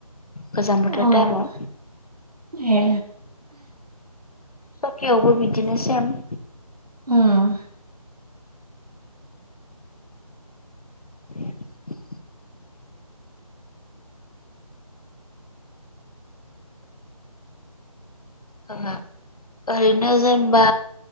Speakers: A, on the left; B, on the right.
A: गोजां बोथोर
B: अ
A: टाइमाव
B: ए।
A: सकियावबो बिदिनो सेम
B: उम
A: <inaudible> थाङा ओरैनो जेनेबा